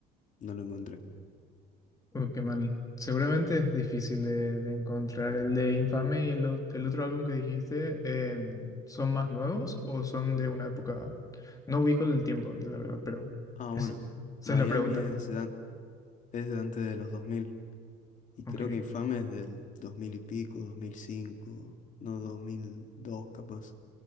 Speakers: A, on the left; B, on the left.
A: no lo encontré.
B: Uh, qué mal. Seguramente es difícil de, de encontrar. ¿El de Infame y el, o- el otro álbum que dijiste, eh, son más nuevos o son de una época? No ubico el tiempo, la verdad, pero
A: Ah,
B: es-
A: bueno.
B: esa
A: Miami
B: es la pregunta.
A: es, dan- es de antes de los 2000. Y creo
B: Ok.
A: que Infames es del 2000 y pico, 2005, no 2002 capaz.